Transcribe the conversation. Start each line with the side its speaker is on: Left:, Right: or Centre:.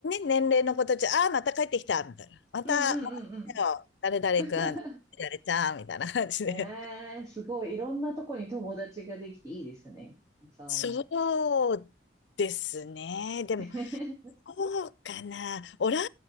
Left: 年齢の子たち、ああ、また帰ってきた、みたいな。また、
Right: うんうんうん
Left: また来たよ、誰々くん、
Right: うん。<laughs>
Left: 誰々ちゃん、みたいな感じで。
Right: えー、すごい。いろんなとこに友達ができていいですね。お子さんは。
Left: そうですね。でも、
Right: <laughs>
Left: そうかな。オラン